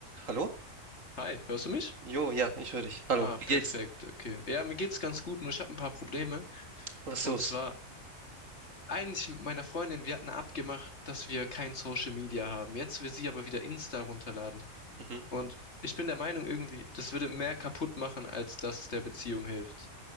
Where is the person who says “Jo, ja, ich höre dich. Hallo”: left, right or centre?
Right